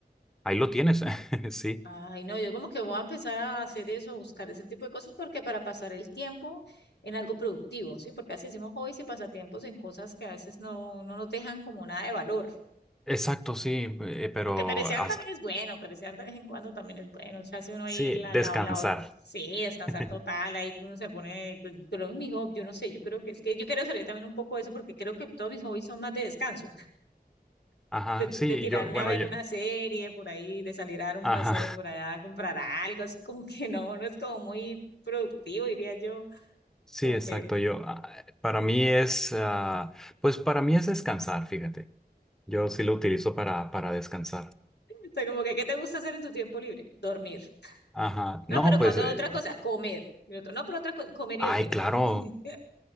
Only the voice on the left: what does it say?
Ay, no, yo como que voy a empezar a hacer eso, buscar ese tipo de cosas, porque para pasar el tiempo en algo productivo, ¿sí? Porque así hicimos hobbies y pasatiempos en cosas que a veces no, no nos dejan como nada de valor.
Aunque perecear
también es bueno, perecear de vez en cuando también es bueno. O sea, si uno ahí
la,
la, la, sí, descansar
total, ahí que uno se pone, pues, por lo menos mi hobby, yo no sé, yo creo que es que yo quiero salir también un poco de eso porque creo que todos mis hobbies son más de descanso, <laughs>
de,
de tirarme
a ver
una serie por ahí, de salir a dar un
paseo por allá, a comprar algo, así como que no, no es como muy productivo, diría yo,
como
que,
o sea, como que, ¿qué te gusta hacer en tu tiempo libre? Dormir.
No,
pero cuando
otra cosa, comer. Y otro, no, pero otra cosa, comer
y dormir.
<laughs>